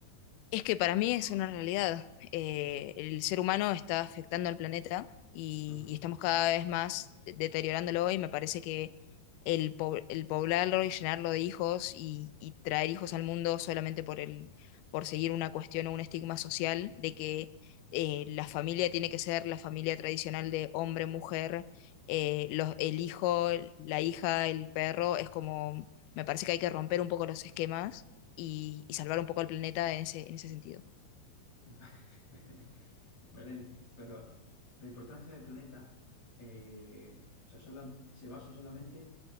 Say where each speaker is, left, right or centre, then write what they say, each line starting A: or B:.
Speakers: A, on the left; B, on the left.
A: Es que para mí es una realidad. Eh, el ser humano está afectando al planeta y,
B: Ajá.
A: y estamos cada vez más deteriorándolo y me parece que el, po- el poblarlo y llenarlo de hijos y, y traer hijos al mundo solamente por el, por seguir una cuestión o un estigma social de que eh, la familia tiene que ser la familia tradicional de hombre, mujer, eh, los, el hijo, la hija, el perro, es como, me parece que hay que romper un poco los esquemas y, y salvar un poco al planeta en ese, en ese sentido.
B: <laughs> Belén, pero la importancia del planeta eh, o sea, sola- se basa solamente